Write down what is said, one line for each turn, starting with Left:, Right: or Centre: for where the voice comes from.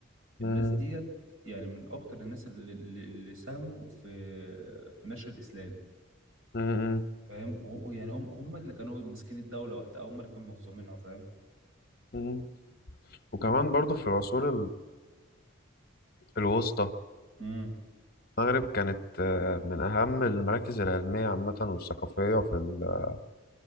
Left: مم.
Right: الناس ديت يعني من أكتر الناس اللي, اللي اللي ساهموا في في نشر الإسلام
Left: مم.
Right: فاهم و- يعني هم هم اللي كانوا ماسكين الدوله وقتها هم اللي كانوا منظمينها فاهم
Left: مم. وكمان برضو في العصور الوسطى
Right: امم
Left: المغرب كانت آه، من أهم المراكز العلمية عامة والثقافية في ال-